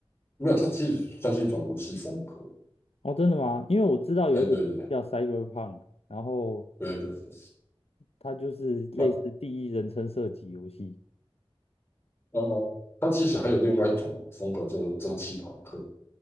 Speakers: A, on the left; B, on the left.
A: 没有，它其实算是一种游戏风格，
B: 哦，真的吗？因为我知道有一个游戏叫
A: 哎，对对
B: Cyberpunk，然后
A: 对对对，
B: 它就是类似第一人称射击游戏。
A: 那。哦哦，它其实还有另外一种风格，就是蒸汽朋克。